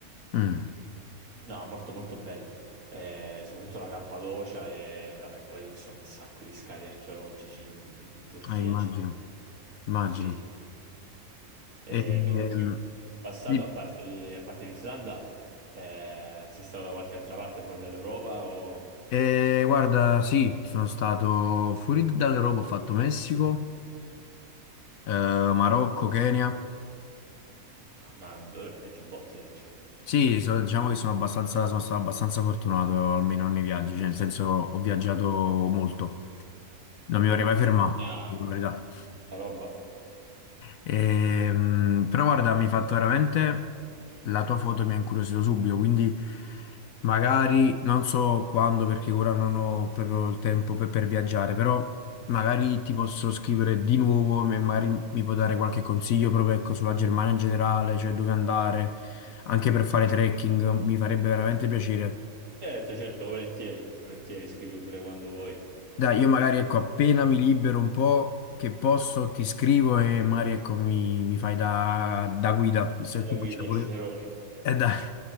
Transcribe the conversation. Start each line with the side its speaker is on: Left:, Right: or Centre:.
Left: Mm.
Right: No, molto molto bello, Eh, soprattutto la Cappadocia e vabbè, poi ci sono un sacco di scavi archeologici in, in Turchia,
Left: Ah, immagino,
Right: c'è-
Left: immagino.
Right: Sì, sì. sì. Eh,
Left: E, ehm,
Right: tu invece, in passato,
Left: di-
Right: a parte, a parte l'Islanda, eh, sei stato da qualche altra parte fuori dall'Europa o...
Left: eh, guarda, sì, sono stato fuori dall'Europa, ho fatto Messico, eh, Marocco, Kenya.
Right: Ah, ma vabbè, viaggi un botto, viaggi.
Left: Sì, so- diciamo che sono abbastanza, sono stato abbastanza fortunato almeno nei viaggi, cioè nel senso ho viaggiato molto. Non mi vorrei mai fermato,
Right: Ah,
Left: dico la verità.
Right: tanta roba.
Left: Ehm, però guarda, mi hai fatto veramente... La tua foto mi ha incuriosito subito, quindi magari non so quando, perché ora non ho proprio il tempo per, per viaggiare, però magari ti posso scrivere di nuovo e magari mi puoi dare qualche consiglio proprio ecco, sulla Germania in generale, cioè dove andare, anche per fare trekking, mi farebbe veramente piacere.
Right: Certo, certo, volentieri, volentieri, scrivi pure quando vuoi.
Left: Dai, io magari ecco, appena mi libero un po', che posso, ti scrivo e magari ecco, mi, mi fai da, da guida. visto
Right: C'è
Left: che comunque
Right: la guida,
Left: c'è pure-
Right: Cicerone.
Left: Eh
Right: <laughs>
Left: dai,